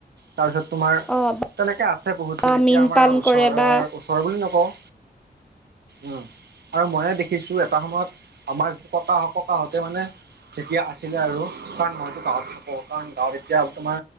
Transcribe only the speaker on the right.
তাৰপিছত তোমাৰ
তেনেকে আছে বহুতো
এতিয়া
আমাৰ
ওচৰৰ
ওচৰৰ বুলি নকওঁ উম আৰু ময়ে দেখিছো এটা সময়ত আমাৰ ককা হ ককাহতে মানে যেতিয়া আ আছিলে আৰু কাৰণ মইতো গাঁৱত থাকোঁ কাৰণ গাঁৱত এতিয়া তোমাৰ